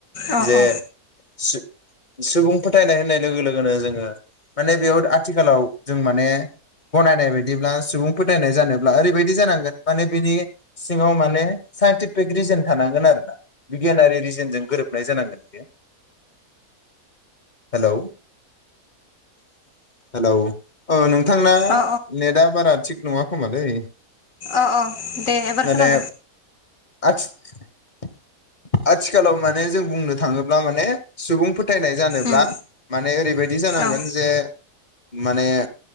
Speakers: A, on the left; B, on the left.
A: औ
B: जे
A: औ
B: सु सुबुं फोथ थायनाय होननाय लोगो लोगोनो जोङो माने बेयाव आथिखालाव जों माने गनायनाय बायदिब्ला सुबुं फोथायनाय जानोब्ला ओरैबायदि जानांगोन माने बिनि सिङाव माने साइन्टिफिक रिजोन थानांगोन आरोना बिगियानारि रिजोनजों गोरोबनाय जानांगोन बियो। हेलौ हेलौ अ नों थांना
A: औ
B: नेदा बारा। थिग नङा खोमालै।
A: अ अ दे एबार
B: माने
A: खोनादो।
B: आथि आथिखालाव माने जों बुंनो थाङोब्ला माने सुबुं फोथायनाय जानो। ब्ला
A: उम
B: माने ओरैबायद दि जानांगोन
A: औ
B: जे माने